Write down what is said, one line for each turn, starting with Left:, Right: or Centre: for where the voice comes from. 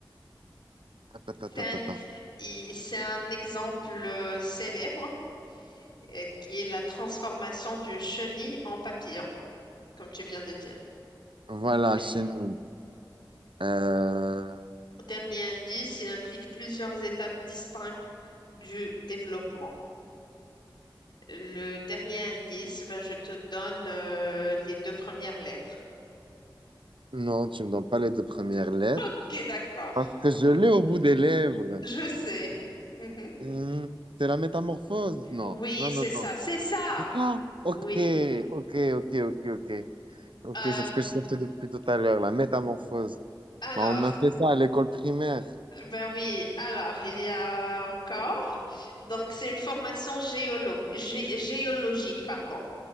Right: Attends, attends,
Left: C'est un,
Right: attends, attends.
Left: il- c'est un exemple euh, célèbre euh, qui est la transformation d'une chenille en papillon, comme tu viens de dire,
Right: Voilà,
Left: à peu près.
Right: chenille. Euh...
Left: Dernier indice, il implique plusieurs étapes distinctes du développement. Le dernier indice, ben, je te donne euh, les deux premières lettres.
Right: Non, tu me donnes pas les deux premières
Left: <laughs>
Right: lettres.
Left: Ok, d'accord.
Right: Parce que je l'ai au bout des lèvres.
Left: Je sais. Mhm.
Right: Hmm, c'est la métamorphose? Non,
Left: Oui,
Right: non,
Left: c'est
Right: non,
Left: ça,
Right: non.
Left: c'est ça.
Right: C'est ça? Ok,
Left: Oui.
Right: ok, ok, ok, ok. Ok,
Left: Euh,
Right: c'est ce que je cherchais depuis tout à l'heure, la métamorphose.
Left: alors,
Right: Bah, on a fait ça à l'école primaire.
Left: ben oui, alors, il y a encore. Donc, c'est une formation géolo- gé- géologique, pardon.